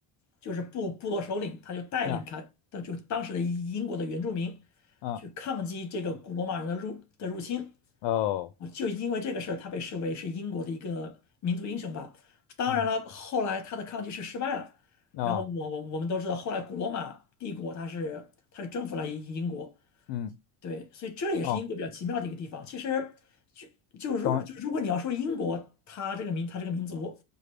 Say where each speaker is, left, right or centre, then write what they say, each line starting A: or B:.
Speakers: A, on the left (about 40°); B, on the left (about 75°).
A: 就是部部落首领，他就带领他的就是当时的英国的原住民
B: 啊啊
A: 去抗击这个古罗马人的入的入侵。
B: 哦，
A: 就因为这个事儿，他被视为是英国的一个民族英雄吧。当然了，
B: 嗯
A: 后来他的抗击是失败了，
B: 啊
A: 然后我我我们都知道，后来古罗马帝国它是它是征服了英英国，
B: 嗯
A: 对，所以这也是英国比较奇妙的一个地方。
B: 哦，
A: 其实就就如就如果你要说英国，
B: 等，
A: 它这个民它这个民族，